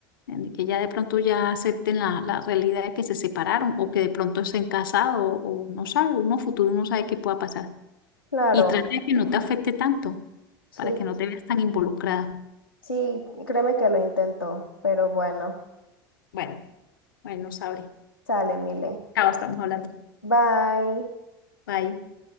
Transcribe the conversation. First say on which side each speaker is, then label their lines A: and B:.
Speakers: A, on the left; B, on the left.
A: ¿entiendes? que ya de pronto ya acepten la, la realidad de que se separaron o que de pronto estén casados o, o no sabe, uno futuro no sabe qué pueda pasar.
B: claro.
A: Y trata de que no te afecte tanto,
B: Sí,
A: para que no te veas tan involucrada.
B: sí, créeme que lo intento, pero bueno,
A: Bueno, bueno, sabré.
B: sale, Mile.
A: Chao, estamos hablando.
B: Bye.
A: Bye.